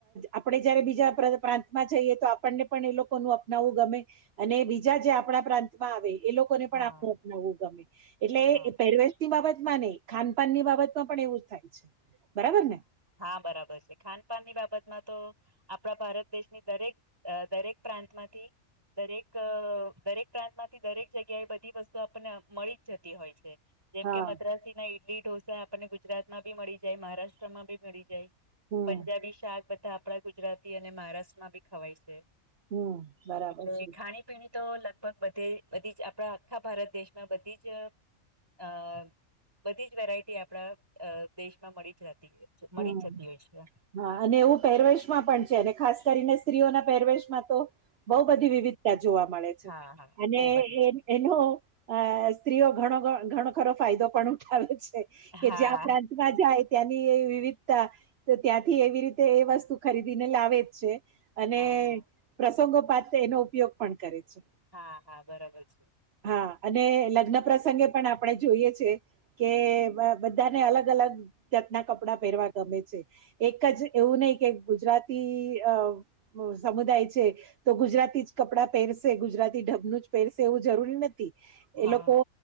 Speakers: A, on the right; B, on the right.
A: આપડણે જયારે બીજા પ્રાંતમાં જઈએ તો આપણને પણ એ લોકોનું અપનાવવું ગમે- અને બીજા જે આપણા પ્રાંતમાં આવે એ લોકો- ને
B: હા હા
A: પણ આપ અનાવવું ગમે એટલે
B: હા
A: પેરવેશ ની બાબત ને ખાન ન ની બાબત માં પણ એવું જ થાય છે. બરાબર ને?
B: હા બરાબર છે ખાનપાન ની બાબતમાં તો આપણા ભારત દેશની દરેક દરેક પ્રાંતમાંથી દરેક દરેક પ્રાંતમાંથી દરેક જગ્યા એ બધી વસ્તુ આપણને મળી જ જતી હોય છે. જેમ
A: હા
B: કે મદ્રાસના ઇડલી ઢોસા આપણને ગુજરાતમાં બી મળી જાય મહારાષ્ટ્રમાં બી મળી જાય.
A: હમ
B: પંજાબી શાક બધા આપણા ગુજરાતી અને મહારાષ્ટ્રમાં બી ખવાય છે.
A: હમ બરાબર
B: એટલે
A: છે
B: ખાણી પીણી તો લગભગ બધી બધી જ આપણા આખા ભારત દેશમાં બધી જ અ બધી જ વેરાયટી આપણા દેશમાં મળી જતી હોય
A: હમ
B: મળી જતી હોય છે.
A: હા અને એવું પહેરવેશમાં પણ છે અને ખાસ કરીને સ્ત્રીઓના પહેરવેશમાં તો બહુ બધી વિવિધતા જોવા મળે છે
B: હા હા
A: અને
B: બહુ બધી
A: એ એનો અ સ્ત્રીઓ ઘણો ઘણો ખરો ફાયદો પણ ઉઠાવે છે. કે
B: હા
A: જ્યા પ્રાંતમાં જાય ત્યાંની એ વિવિધતા ત્યાંથી એવી રીતે એ વસ્તુ ખરીદીને લાવે જ છે. અને
B: હા હા
A: પ્રસંગો પાત્ર એનો ઉપયોગ પણ કરે છે.
B: હા હા બરાબર છે.
A: હા અને લગ્ન પ્રસંગે પણ આપણે જોઈએ છે. કે બધાને અલગ અલગ જાતના કપ કપડા પહેરવા ગમે છે એક જ એવું નહી કે ગુજરાતી અ હ સમુદાય છે. તો ગુજરાતી જ કપડાં પહેરશે ગુજરાતી ઢબનું જ પહેરશે એવું જરૂરી નથી.
B: હા
A: એ લોકો